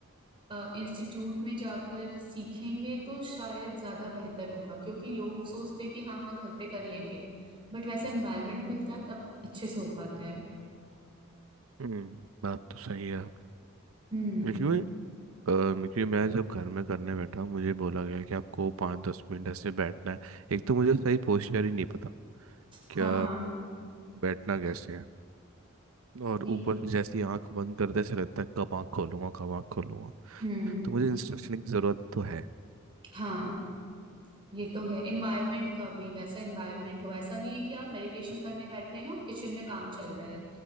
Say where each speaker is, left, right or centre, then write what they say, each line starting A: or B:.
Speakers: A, on the right; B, on the right.
A: इंस्टीट्यूट में जाकर सीखेंगे तो शायद ज्यादा बेहतर होगा क्योंकि लोग सोचते हैं कि हाँ हाँ घर पे कर लेंगे बट वैसा एनवायरनमेंट मिलता है तब अच्छे से हो पाता है
B: हम्म बात तो सही है
A: हम्म
B: आपकी अ, क्योंकि मैं जब घर में करने बैठा मुझे बोला गया कि आपको पाँच दस मिनट ऐसे बैठना है एक तो मुझे सही पोस्चर ही नहीं पता क्या
A: हाँ हाँ
B: बैठना कैसे है और
A: ये-
B: ऊपर से जैसी आंख बंद करते से रहता है कब आंख खोलूंगा कब आंख खोलूंगा
A: हम्म
B: तो मुझे इंस्ट्रक्शन की ज़रूरत तो है
A: हाँ ये तो है एनवायरनमेंट का भी वैसा एनवायरनमेंट हो ऐसा नहीं है कि आप मेडिटेशन करने बैठे हैं और किचन में काम चल रहा है